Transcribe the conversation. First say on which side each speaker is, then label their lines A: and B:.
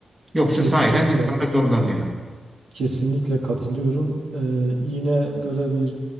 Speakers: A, on the right; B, on the right.
A: Yoksa
B: Kesinlikle
A: sahiden insanlar
B: evet.
A: zorlanıyor.
B: Kesinlikle katılıyorum. Ee, yine böyle bir